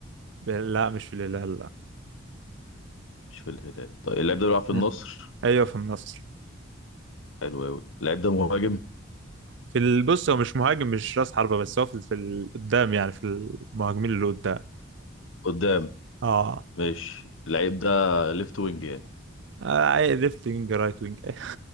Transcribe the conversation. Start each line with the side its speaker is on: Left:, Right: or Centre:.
Right: لا مش في الهلال لا
Left: مش في الهلال طيب اللعيب ده بيلعب في
Right: <laughs>
Left: النصر
Right: ايوه في النصر
Left: حلو أوي اللعيب ده مهاجم
Right: في البص هو مش مهاجم مش راس حربة بس هو في في ال- قدام يعني في المهاجمين اللي قدام
Left: قدام
Right: اه
Left: ماشي اللعيب ده ليفت وينج يعني
Right: آه، اي ليفت وينج رايت وينج اي